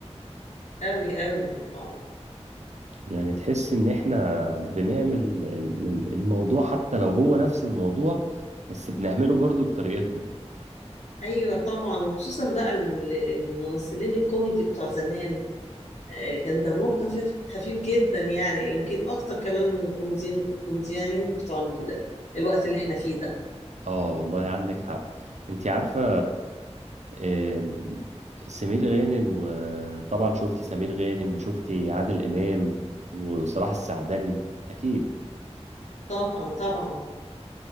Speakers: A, on the left; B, on the right.
A: أوي أوي اه
B: يعني تحس ان احنا بنعمل ال- من الموضوع حتى لو هو نفس الموضوع بس بنعمله برضو بطريقتنا
A: ايوه طبعا وخصوصا بقى ال- الممثلين الكوميدي بتوع زمان آه، كان دمهم خفيف خفيف جدا يعني يمكن اكتر كمان من الكوميديين الكوميديين بتوع ال- الوقت اللي احنا فيه ده
B: اه والله عندك حق انت عارفة آه، سمير غانم وطبعا شفتي سمير غانم وشفتي عادل إمام وصلاح السعدني أكيد
A: طبعا طبعا